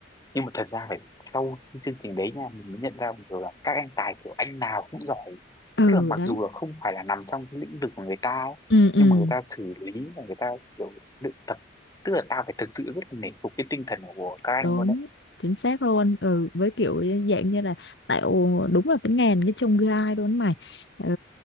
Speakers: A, on the left (about 20°); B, on the left (about 70°).
A: nhưng mà thật ra phải sau cái chương trình đấy nha mình mới nhận ra một điều là các anh tài kiểu anh nào cũng giỏi
B: Ừ,
A: tức là mặc
B: đấy.
A: dù là không phải là nằm trong cái lĩnh vực của người ta ấy,
B: Ừ ừ,
A: nhưng mà người ta xử lý và người ta kiểu luyện tập tức là tao phải thực sự rất là nể phục cái tinh thần của các anh
B: đúng,
A: luôn đấy
B: chính xác luôn. Ừ, với kiểu dạng như là tạo đúng là cái ngàn cái chông gai luôn mày. Ừ,